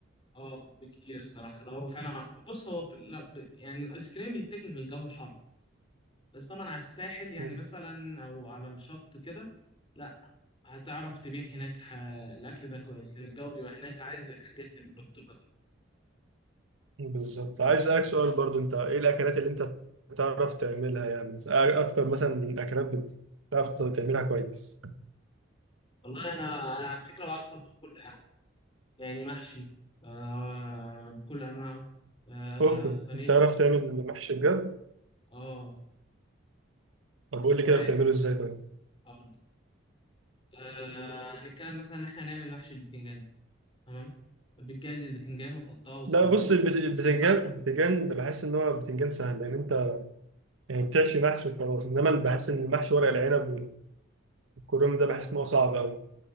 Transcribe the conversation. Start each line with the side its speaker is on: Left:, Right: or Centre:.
Left: اه بكتير الصراحه لا هو فعلا بص هو في... لا ب... يعني الايس كريم يتاكل في الجو الحر بس طبعا على الساحل يعني
Right: مم.
Left: مثلا او على الشط كده لا هتعرف تبيع هناك ح... الاكل ده كويس لان الجو بيبقى هناك عايز الحاجات المرطبه دي
Right: بالظبط عايز اسالك سؤال برضو انت ايه الاكلات اللي انت بتعرف تعملها يعني أ- اكتر مثلا اكلات بتعرف تعملها كويس
Left: والله انا انا على فكره بعرف اطبخ كل حاجه يعني محشي آه بكل انواعه آه
Right: اوف
Left: صينيه
Right: بتعرف تعمل محشي بجد
Left: اه
Right: طب قول
Left: رقاق
Right: لي كده بتعمله ازاي طيب
Left: آه آه، هنتكلم مثلا ان احنا نعمل محشي البتنجان تمام بتجهز البتنجان وتقطعه وتقوره
Right: لا بص البت-
Left: وتغسله
Right: البتنجان البتنجان ده بحس ان هو بتنجان سهل لان انت يعني بتحشي محشي وخلاص انما اللي بحس ان محشي ورق العنب والكرنب ده
Left: لا
Right: بحس ان هو صعب قوي